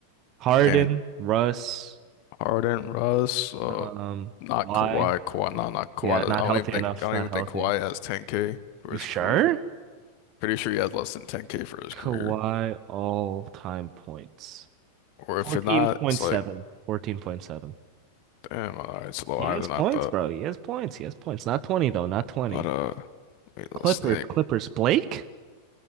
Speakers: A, on the right (about 35°); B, on the left (about 45°).
A: Harden,
B: and
A: Russ,
B: Harden, Russ, uh,
A: um,
B: not
A: why?
B: Kawhi, Kawhi, no, not Kawhi.
A: Yeah, not
B: I don't
A: healthy
B: even think,
A: enough.
B: I don't
A: Not
B: even
A: healthy.
B: think Kawhi has 10k for
A: You
B: his
A: sure?
B: career. Pretty sure he has less than 10k for his
A: Kawhi
B: career.
A: all-time points.
B: Or
A: 14.7.
B: if it's not, it's like,
A: 14.7.
B: damn, all right, it's a little
A: He
B: higher
A: has
B: than
A: points,
B: I thought.
A: bro. He has points. He has points. Not 20 though, not 20.
B: But uh, wait, let's
A: Clippers,
B: think.
A: Clippers. Blake?